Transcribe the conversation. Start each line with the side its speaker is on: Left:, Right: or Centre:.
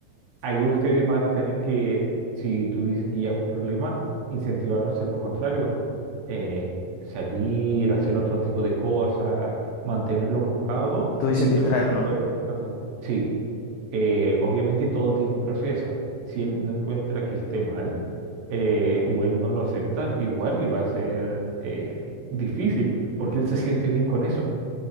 Right: ahí ustedes van a tener que, si tú dices que ya es un problema, incentivarlo a hacer lo contrario. eh, salir, hacer otro tipo de cosas, mantenerlo ocupado
Left: Tú dices
Right: y
Left: distraerlo,
Right: tratar de estar
Left: ¿no?
Right: bien mirando. Sí, eh, obviamente todo tiene un proceso. Si él no encuentra que esté mal eh, o él no lo acepta, igual le va a ser eh, difícil porque él se siente bien con eso.